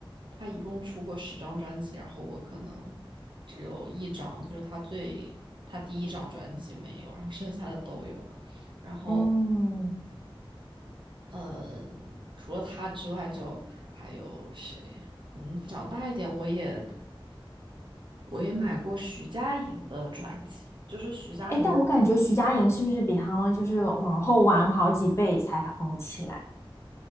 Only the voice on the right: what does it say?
他一共出过十张专辑，然后我可能只有一张，就是他最他第一张专辑没有，然后剩下的都有嘛。然后
嗯，除了他之外，就还有谁？嗯，长大一点，我也我也买过徐佳莹的专辑，就是徐佳莹的。